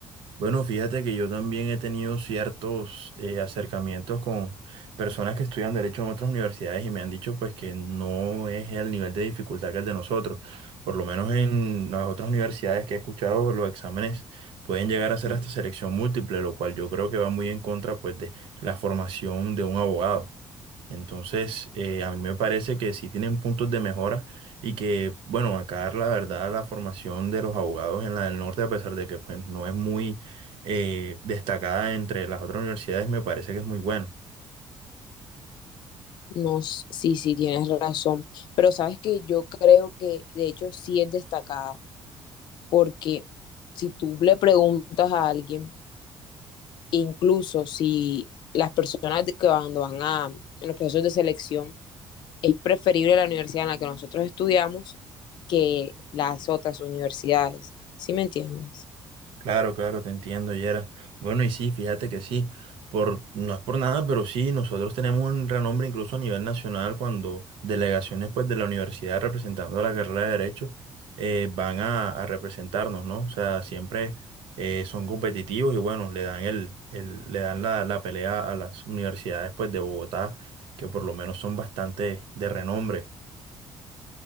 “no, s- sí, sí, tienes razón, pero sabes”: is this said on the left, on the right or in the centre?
Left